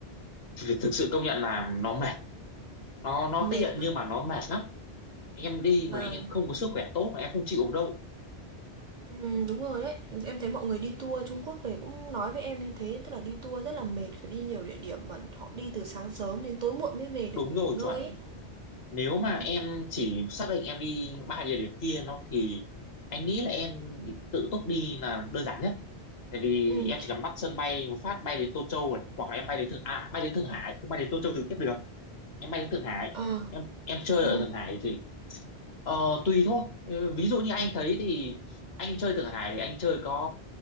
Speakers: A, on the left; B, on the right.
A: thì thực sự công nhận là nó mệt nó nó
B: mệt
A: tiện
B: mà.
A: nhưng mà nó mệt lắm em đi
B: Vâng.
A: mà em không có sức khỏe tốt mà em không chịu được đâu
B: Ừm, đúng rồi đấy. Em thấy mọi người đi tour Trung Quốc về cũng nói với em như thế, tức là đi tour rất là mệt, phải đi nhiều địa điểm mà họ đi từ sáng sớm đến tối muộn mới về được
A: đúng
B: nghỉ
A: rồi
B: ngơi
A: chuẩn
B: ấy.
A: nếu
B: Ừm,
A: mà em chỉ xác định em đi ba địa điểm kia nó thì anh nghĩ là em tự túc đi là đơn giản nhất tại vì
B: ừm,
A: em chỉ cần bắt sân bay một phát bay đến Tô Châu này hoặc là em bay đến Thượng à, bay đến Thượng Hải cũng bay đến Tô Châu trực tiếp được em bay đến Thượng Hải
B: ờ,
A: em em chơi
B: ừm,
A: ở Thượng Hải thì Ờ, tùy thôi. Ừ, Ví dụ như anh thấy thì anh chơi Thượng Hải thì anh chơi có